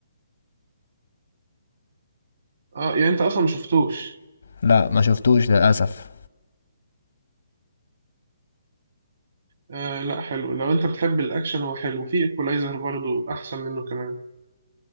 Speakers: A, on the right; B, on the left.
A: اه يعني انت اصلا ما شفتوش
B: لا ما شفتوش للاسف
A: آه لا حلو لو انت بتحب الاكشن هو حلو في ايكولايزر برضو احسن منه كمان